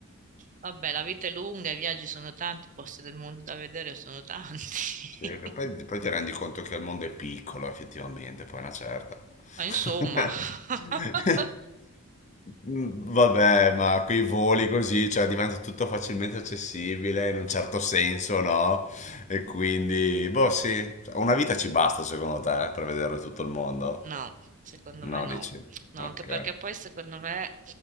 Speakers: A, on the right; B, on the left.
A: Vabbè, la vita è lunga, i viaggi sono tanti, i posti del mondo da vedere sono tanti. <laughs>
B: Sì, che poi, poi ti rendi conto che il mondo è piccolo, effettivamente, poi è una certa.
A: Ma insomma.
B: <laughs>
A: <laughs>
B: Mm, Vabbè, ma quei voli così, cioè diventa tutto facilmente accessibile in un certo senso, no? E quindi, boh, sì, Cioè, una vita ci basta secondo te per vedere tutto il mondo?
A: No, secondo
B: No,
A: me no.
B: dici?
A: No,
B: Ok.
A: anche perché poi secondo me